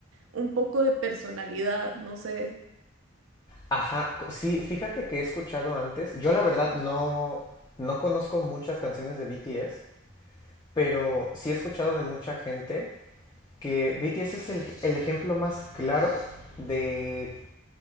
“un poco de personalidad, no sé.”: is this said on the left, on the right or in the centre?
Right